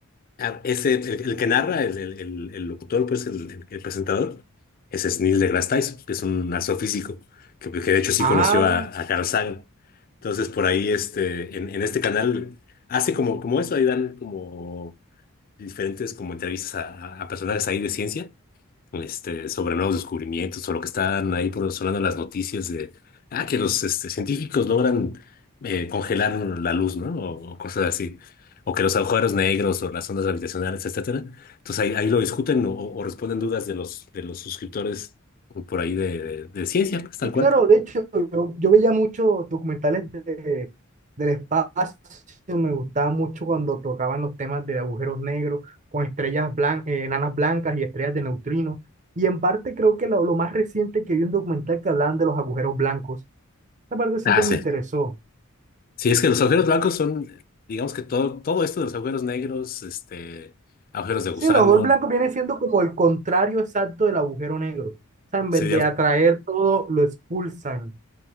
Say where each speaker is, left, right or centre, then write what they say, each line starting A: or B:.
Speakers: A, on the left (about 40°); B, on the right (about 35°).
A: Ah, Ese, el, el que narra, el, el- el- el locutor, pues el, el- el presentador, ese es Neil deGrasse Tyson, que es un astrofísico, que, que de hecho sí
B: Ah,
A: conoció a, a Carl Sagan. Entonces, por ahí, este, en, en este canal, hace como, como eso, ahí dan como diferentes como entrevistas a, a- a personajes ahí de ciencia, este, sobre nuevos descubrimientos o lo que están ahí por sonando en las noticias de ah, que los este, científicos logran eh, congelar la luz, ¿no? O, o cosas así. O que los agujeros negros o las ondas gravitacionales, etcétera. Entonces ahí, ahí lo discuten o, o responden dudas de los, de los suscriptores por ahí de, de, de ciencia, pues, tal
B: Sí,
A: cual.
B: claro, de hecho, yo, yo veía muchos documentales de, del espacio, me gustaba mucho cuando tocaban los temas de agujeros negros con estrellas blancas, enanas blancas y estrellas de neutrinos. Y en parte creo que lo, lo más reciente que vi un documental que hablaban de los agujeros blancos. Esa parte siempre
A: Ah, sí.
B: me interesó.
A: Sí, es que los agujeros blancos son, digamos que todo, todo esto de los agujeros negros, este, agujeros de gusano,
B: Sí, el agujero blanco viene siendo como el contrario exacto del agujero negro. O sea, en
A: sí,
B: vez
A: digamos,
B: de atraer todo, lo expulsan.